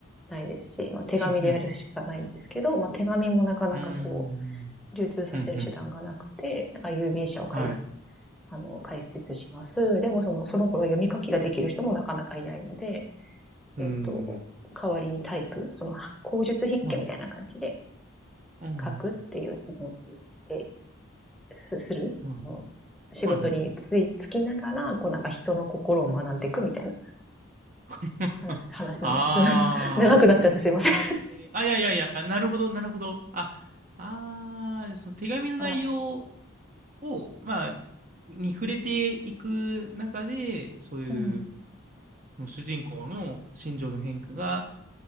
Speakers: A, in the centre; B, on the right.
A: ないですし、まあ手紙でやるしかないんですけど、
B: うん、うん。
A: まあ手紙もなかなかこう、
B: うーん。
A: 流通させる手段がなくて、
B: うん、うん。
A: なんか郵便社を開、
B: はい。
A: あの、開設します。でもその、その頃読み書きができる人もなかなかいないので、
B: うー
A: えっ、と、
B: ん。
A: 代わりにタイプ、その、口述筆記みたいな感じで
B: はい。うん。
A: 書くっていう仕事をしてすするその仕事についつきながら、
B: はい。はい、はい。
A: こうなんか人の心を学んでいくみたいな
B: はい。<laughs>
A: 話話なんです。
B: ああ。
A: <laughs> 長くなっちゃってすいません。
B: えー、あ、いやいやいや、なるほど、なるほど。あ、ああ、その手紙の内容
A: あら、
B: を、まあ、に触れていく中で、そういう、
A: うん、
B: その主人公の心情の変化が、